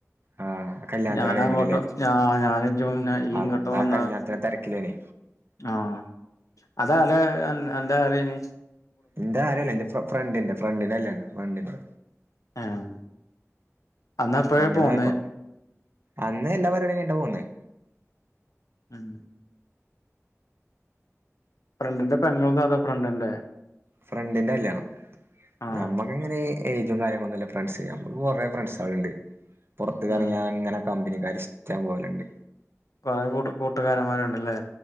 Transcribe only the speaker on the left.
ഞാന
അങ്ങോട്ടും ഞ ഞാന ജോ ഈ ഇ
കിട്ടും
വന്നത്
ആഹ് അതാ അത അന്റെ ആരെനി
ആഹ് അന്ന് എപ്പഴാ
പോന്നേ
ഉം ഫ്രണ്ടിന്റെ പെങ്ങൾതോ അതൊ ഫ്രണ്ടിന്റെ
ആഹ്
ഉം
കുറെേ കൂ കൂട്ടുകാരന്മാരുണ്ടല്ലേ